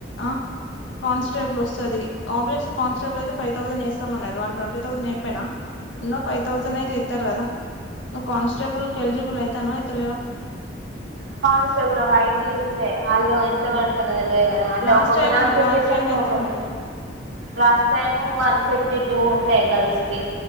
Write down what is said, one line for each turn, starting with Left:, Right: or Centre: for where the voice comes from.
Left: ఆ కానిస్టేబుల్ వస్తది ఆబ్వియస్లి కానిస్టేబులయితే ఫైవ్ థౌసండ్ వేస్తామన్నారు వాళ్ళు ట్వంటీథౌసండ్ అయిపోయినా ఉన్న ఫైవ్ థౌసండ్ అయితే ఎత్తారు కదా నువ్ కానిస్టేబుల్ కి ఎలిజిబల్ అయితానో అయితలేవ
Right: కానిస్టేబుల్లో హైట్ చుల్లే అల్లు ఎంత పడతాదో తెలువదు కదా అంటే
Left: లాస్ట్
Right: ఒక్కొక్క
Left: టైం
Right: నోటిఫికేషన్కి
Left: లాస్ట్ టైం ఎంత
Right: ఒకొక
Left: ఉండే
Right: last time one fifty two ఉండే గర్ల్స్ కి